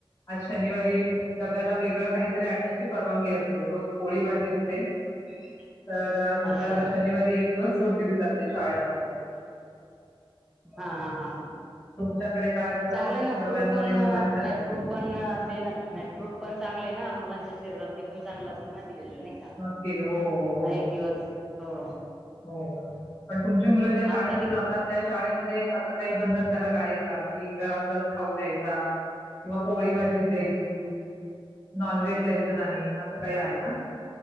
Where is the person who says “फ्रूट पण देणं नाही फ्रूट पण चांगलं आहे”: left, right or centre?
Centre